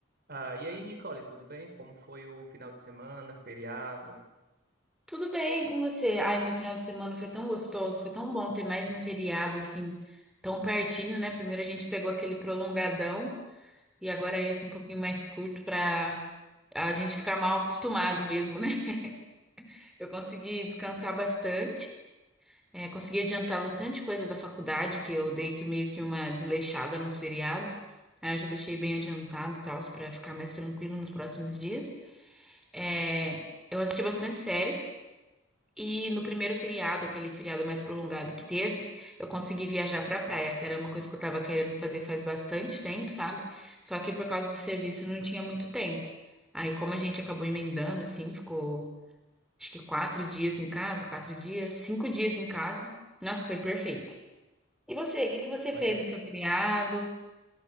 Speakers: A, on the right; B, in the centre.
A: Ah, e aí, Nicole, tudo bem? Como foi o final de semana, feriado?
B: Tudo bem com você? Ai, meu final de semana foi tão gostoso, foi tão bom ter mais um feriado assim, tão pertinho, né? Primeiro a gente pegou aquele prolongadão e agora é esse um pouquinho mais curto pra a gente ficar mal acostumado mesmo, né? <laughs> Eu consegui descansar bastante, é, consegui adiantar bastante coisa da faculdade, que eu dei que meio que uma desleixada nos feriados. Aí eu já deixei bem adiantado e tal, pra ficar mais tranquilo nos próximos dias. É, eu assisti bastante série. E no primeiro feriado, aquele feriado mais prolongado que teve, eu consegui viajar pra praia, que era uma coisa que eu tava querendo fazer faz bastante tempo, sabe? Só que por causa do serviço não tinha muito tempo. Aí, como a gente acabou emendando, assim, ficou acho que quatro dias em casa, quatro dias, cinco dias em casa. Nossa, foi perfeito. E você, o que que você
A: Olha,
B: fez no seu feriado?